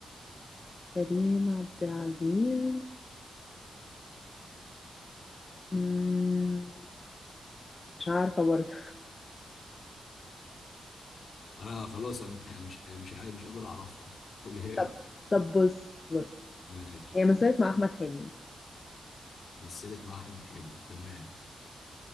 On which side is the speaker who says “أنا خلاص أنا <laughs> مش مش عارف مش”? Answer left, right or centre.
Left